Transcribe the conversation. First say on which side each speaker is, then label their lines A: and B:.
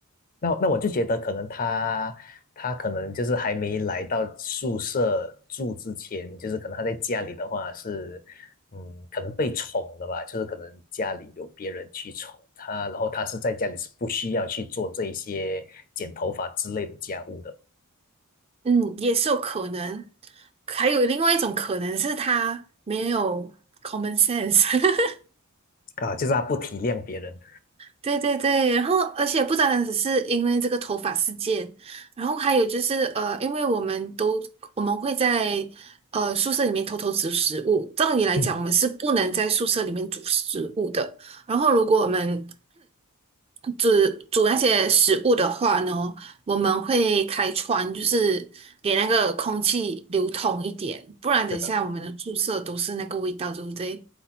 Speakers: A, on the left; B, on the right.
A: 那那我就觉得，可能他他可能就是还没来到宿舍住之前，就是可能他在家里的话是，嗯，可能被宠的吧，就是可能家里有别人去宠他，然后他是在家里是不需要去做这一些剪头发之类的家务的
B: 嗯，也是有可能。还有另外一种可能是他没有 common sense。<laughs>
A: 啊，就是他不体谅别人。
B: 对对对，然后而且不单单只是因为这个头发事件，然后还有就是呃，因为我们都我们会在呃宿舍里面偷偷煮食物，照理来讲我们是不能在宿舍里面煮食物的。
A: 嗯，
B: 然后如果我们煮煮那些食物的话呢，我们会开窗，就是给那个空气流通一点，不然等一下我们的宿舍都是那个味道，
A: 是的，
B: 对不对？